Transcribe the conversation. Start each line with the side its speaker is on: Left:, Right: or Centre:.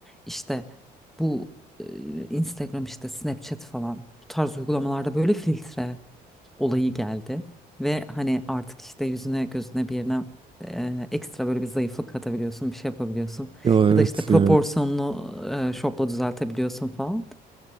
Centre: işte bu e, Instagram işte Snapchat falan bu tarz uygulamalarda böyle filtre. olayı geldi ve hani artık işte yüzüne gözüne bir yerine e, ekstra böyle bir zayıflık katabiliyorsun bir şey yapabiliyorsun
Right: Ya evet
Centre: ya da işte proporsiyonunu
Right: ya.
Centre: e, şopla düzeltebiliyorsun falan.